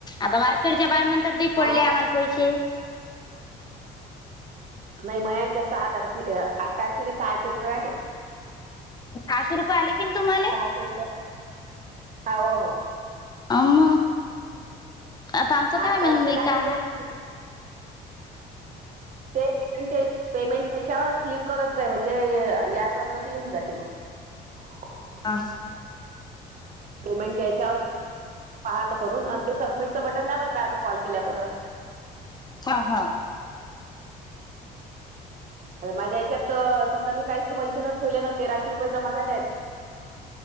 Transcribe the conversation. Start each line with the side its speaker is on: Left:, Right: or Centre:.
Left: आता मार्केडच्या बाहे म्हण तर द
Right: हा
Left: पडली आम्हाला पैसे.
Right: नाही मणायच्यात सहा तारखे आठ तारखेला सहाशे रुपये आले.
Left: सहाशेुये आले की तुम्हाल
Right: सहाशे रुपये आ हो हो.
Left: अम आता आमचं काय
Right: आठ
Left: मिलंबिका
Right: तारखेला टाकले
Left: आहे.
Right: ते ना ते पेमेंटच्या पेमेंटच्यावर क्लिक करत जाय म्हणजे याच असलं तर येऊन जाते मग. <inaudible>
Left: हा.
Right: पेमेंटच्या हेच्यावर पहाचं करून आणि ते सबमिटचं बटन त्या पत राहायचं कॉल केल्या परत.
Left: हा हा
Right: तर माझ्या याच्यात समजा मी काहीच पैसे न ठेवलेय तर तेराशे रुपये जमा झाले आहेत.